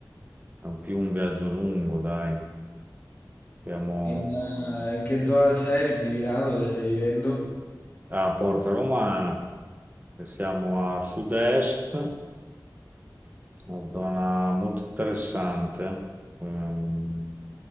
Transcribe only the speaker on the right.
un più un viaggio lungo, dai. Siamo
a Porta Romana, e siamo a sud-est, una zona molto interessante. Ehm,